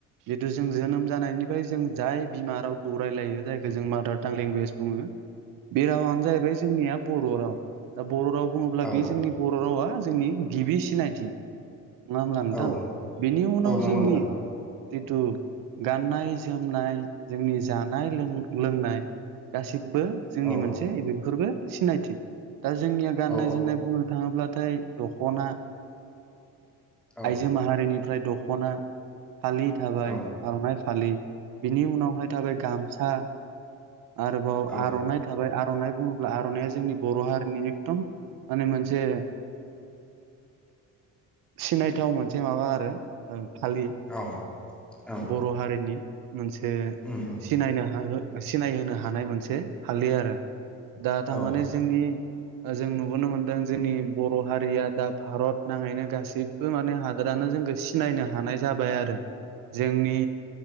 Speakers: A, on the right (about 85°); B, in the centre.
A: जितु जों जोनोम जानायनिफ्राय जों जाय बिमा रावखौ रायलायो जायखो जों मादार टां लेंगुवेज बुङो।
B: <inaudible>
A: बे रावानो जाहैबाय जोंनिया बर' राव दा बर' राव बुङोब्ला
B: औ
A: बे जोंनि बर' रावा। जोंनि गिबि सिनायथि नङा होमब्ला नोंथां
B: औ
A: बिनि उनाव
B: औ नंगौ
A: जोंनि
B: नोंथां
A: तितु गाननाय-जोमनाय जोंनि जानाय लों लोंनाय गासिबो बो जोंनि
B: औ
A: मोनसे बेफोरबो सिनायथि दा जोंनिया गाननाय-
B: औ
A: जोमनाय बुंनो थाङोब्ला थाय दख'ना
B: औ
A: आइजो माहारिनिफ्राय दख'ना फालि थाबाय
B: औ
A: आर'नाइ फालि बिनि उनावहाय थाबाय गामसा आरोबाव
B: औ
A: आर'नाइ थाबाय आर'नाइ बुङोब्ला आर'नाइया जोंनि बर' हारिनि माने मोनसे सिनायथाव मोनसे माबा आरो फालि
B: औ औ
A: बर' हारिनि मोनसे
B: उम उम
A: सिनायनो हाहोग्रा सिनाय होनोनो हानाय मोनसे फालि आरो दा थारमाने
B: औ नंगौ औ उम औ अ
A: जोंनि जों नुबोनो मोन्दों जोंनि बर' हारिया दा भारत नाङैनो गासैबो माने हादोरानो जोंखो सिनायनो हानाय जाबाय आरो जोंनि